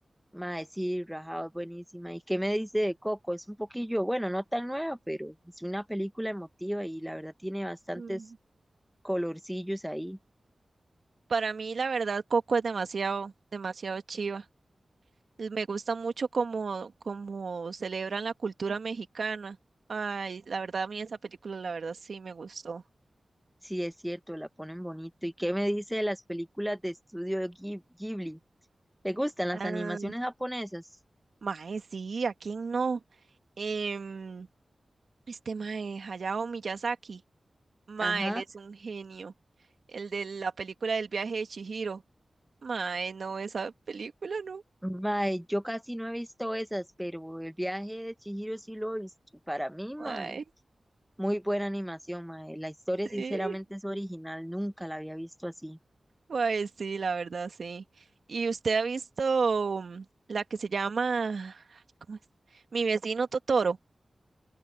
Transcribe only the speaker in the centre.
Mae, sí, rajado, es buenísima. ¿Y qué me dice de Coco? Es un poquillo, bueno, no tan nueva, pero es una película emotiva y la verdad tiene bastantes
colorcillos ahí.
Sí, es cierto, la ponen bonito. ¿Y qué me dice de las películas de estudio Ghib- Ghibli? ¿Le gustan las
animaciones japonesas?
Ajá.
Mae, yo casi no he visto esas, pero el viaje de Chihiro sí lo he visto. Para mí, mae,
muy buena animación, mae. La historia
sinceramente es original, nunca la había visto así.